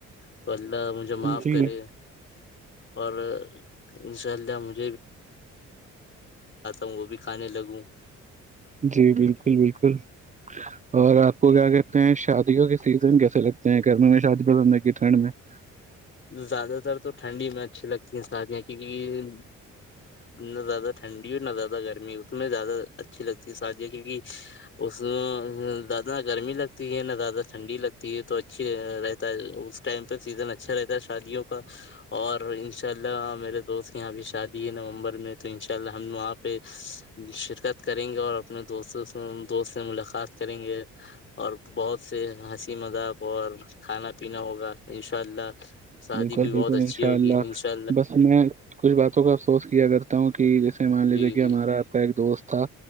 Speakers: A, on the left; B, on the right.
A: تو <unintelligible> اللہ مجھے
B: ہیں
A: معاف
B: جی
A: کرے اور انشاء اللہ مجھ <unintelligible> ہوں وہ بھی کھانے لگوں
B: جی بالکل بالکل اور آپ کو کیا کہتے ہیں شادیوں کے سیزن کیس <unintelligible> اے لگتے ہیں گرمی میں شادی پسند ہے کی ٹھنڈ میں <unintelligible>
A: زیادہ تر تو ٹھنڈی میں اچھی لگتی ہیں شادیاں کیونکہ نہ زیادہ ٹھنڈی ہو نہ زیادہ گرمی اس میں زیادہ اچھی لگتی ہے شادیا کی کیونکہ اس <unintelligible> زیادہ نہ گرمی لگتی ہے نہ زیادہ ٹھنڈی لگتی ہے تو اچھی رہتا ہے اس ٹائم پہ سیزن اچا <unintelligible> اچھا رہتا ہے شادیوں کا اور ان شاء اللہ میرے دوست یہاں بھی شادی ہے نومبر میں تو ان شاء اللہ ہم وہاں پہ شرکت کریں گے اور اپنے دوستوں سے دوست سے ملاقات کریں گے اور <unintelligible> بہت سے ہنسی مذاق اور کھانا پینا ہوگا ان شاء اللہ شادی
B: بالکل
A: بھی
B: بالکل
A: بہت اچھی
B: انشاء
A: ہوگی
B: اللہ
A: انشاء
B: بس میں کچھ باتوں کو افسوس کیا کرتا ہوں کہ جیسے مان لیجیے
A: جی
B: کہ ہمارا آپ کا ایک دوست تھا